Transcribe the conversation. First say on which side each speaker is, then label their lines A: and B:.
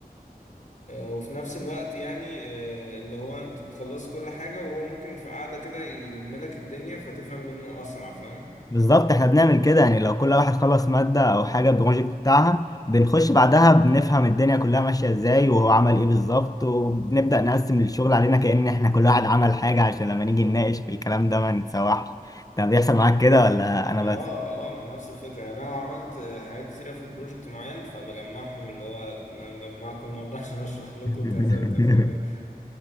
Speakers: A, on the left; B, on the left.
A: آه، وفي نفس الوقت يعني آه، اللي هو انتوا بتخلصوا كل حاجة وهو ممكن في قعدة كده يلم لك الدنيا فتفهم منه اسرع فاهم
B: بالظبط احنا بنعمل كده يعني لو كل واحد خلص مادة او حاجة بروجكت بتاعها بنخش بعدها بنفهم الدنيا كلها ماشية ازاي وهو عمل ايه بالظبط وبنبدأ نقسم الشغل علينا كأن احنا كل واحد عمل حاجة عشان لما نيجي نناقش في الكلام ده ما نتسوحش طب بيحصل معاك كده ولا انا
A: اه
B: بس
A: اه ما نفس الفكرة يعني انا عملت حاجات كتيرة في بروجكت معين فبجمعهم اللي هو انا مجمعكم النهاردة <laughs> عشان اشرح لكم
B: <laughs>
A: كذا وكذا وكذا